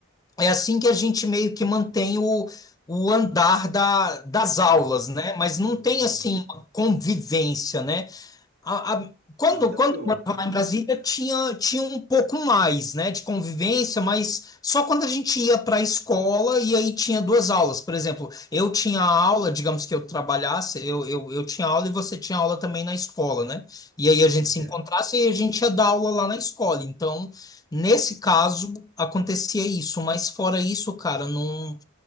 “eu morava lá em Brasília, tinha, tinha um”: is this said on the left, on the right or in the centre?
Left